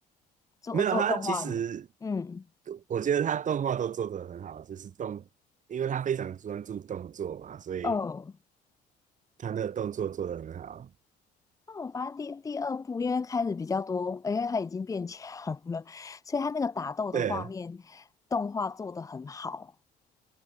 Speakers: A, on the left; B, on the right.
A: 做做动画人，
B: 没有他其实
A: 嗯
B: 我觉得他动画都做得很好，就是动，因为他非常专注动作嘛，所以
A: 嗯。
B: 他那个动作做得很好。
A: 那我发现第第二部，因为开始比较多，因为他已经变强了，所以他那个打斗的画面
B: 对，
A: 动画做得很好，